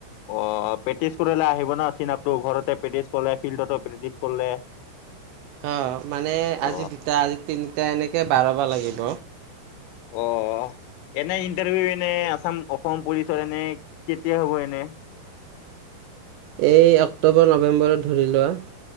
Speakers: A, on the left; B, on the right.
A: অ প্ৰেক্টিছ কৰিলে আহিব ন চিনাপটো ঘৰতে প্ৰেক্টিচ কৰিলে ফিল্ডতো প্ৰেক্টিছ কৰিলে
B: অ মানে
A: অ
B: আজি দুটা আজি তিনটা এনেকে বাঢ়াব লাগিব
A: অ হ এনে ইন্টাৰভিউ এনে আসাম অসম পুলিচৰ এনে কেতিয়া হ'ব এনে?
B: এই অক্টোবৰ নৱেম্বৰত ধৰি লোৱা।